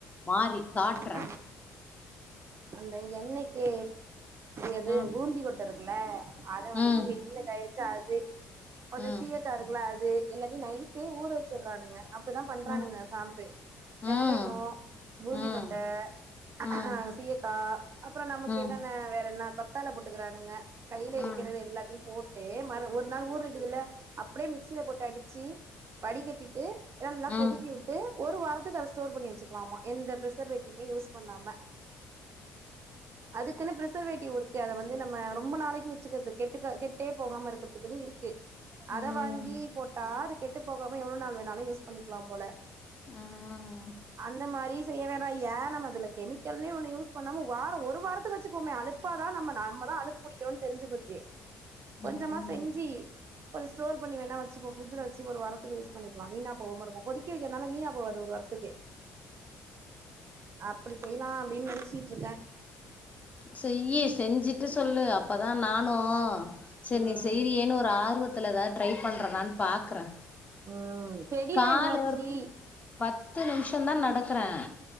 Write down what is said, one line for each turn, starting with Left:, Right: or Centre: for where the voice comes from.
Left: மாறி காட்டுறேன்
Right: ம் அந்த எண்ணைய்க்கு எது
Left: ம்
Right: பூந்தி கொட்ட இருக்குல அத வாங்கி
Left: ம்
Right: வெயில் காய வச்சு அது கொஞ்சம்
Left: ம்
Right: சிரிய இருக்குள்ள அது எல்லாத்தையும் நைட்டே ஊற வச்சுட்டுறாங்க அப்டிதான் பண்றானுங்க
Left: ம்
Right: சாம்பு
Left: ம்
Right: வெந்தயம் பூந்தி
Left: ம்
Right: கொட்ட அ
Left: ம் ம்
Right: சீயக்கா அப்பறம் நமக்கு
Left: ம்
Right: என்னன்ன வேற என்ன கத்தால போட்டுக்கிறானுங்க கையில
Left: ம்
Right: எடுக்கிறது எல்லாத்தையும் போட்டா ஒரு நாள் ஊரி இருக்குதுல்ல அப்டியே மிக்சியில போட்டு அடிச்சு வடி கட்டிட்டு நல்லா
Left: ம்
Right: கொதிக்க விட்டு ஒரு வார அத ஸ்டோர் பண்ணி வச்சிக்கலாமா எந்த பிரிசர்வேட்டிமே யூஸ் பண்ணாம அதுக்குன்னு பிரிசர்வேட்டிவ் அத வந்து நம்ம ரொம்ப நாளைக்கு வச்சுக்கறது கெட்டுக்க கெட்டே போகாம இருக்கிறதுக்குன்னு இருக்கு
Left: ம்
Right: அத வாங்கி போட்டா அது கெட்டு போகாம எவ்வளவு நாள் வேணாலும் யூஸ் பண்ணிக்கலாம் போல
Left: ஆஹா
Right: அந்த மாதிரி செய்ய வேணா ஏன் நம்ம அதுல கெமிக்கல்னே ஒண்ணு யூஸ் பண்ணாம வார ஒரு வாரத்துக்கு வச்சு போமே அலப்பு அப்பாதா நம்ம நார்மலாதா அலுப்பு பிடிக்கிறோம்னு தெரிஞ்சு போச்சு கொஞ்சமா
Left: ம்
Right: செஞ்சு கொஞ்சம் ஸ்டோர் பண்ணி வேணா வெச்சுப்போம் ஃப்ரிஞ்ல வச்சு ஒரு வாரத்துக்கு யூஸ் பண்ணிக்கலாம் வீணா போகாம இருக்கும் கொதிக்க வைக்கிறதுனால வீணா போவாது ஒரு வாரத்துக்கு க்கு அப்டி செய்யலாம் அப்டின்னு நெனச்சட்டு இருக்கேன்
Left: செய்யி செஞ்சிட்டு சொல்லு அப்பதான் நானும் செரி
Right: ம்
Left: நீ செய்ரியேன்னு ஒரு ஆர்வத்துலதாவது ஏதாவது ட்ரை பண்றதான்னு பாக்குறேன்
Right: ம் செடிலா
Left: காலு
Right: என்னாச்சு
Left: ஒரு பத்து நிமிஷம் தான் நடக்குறேன்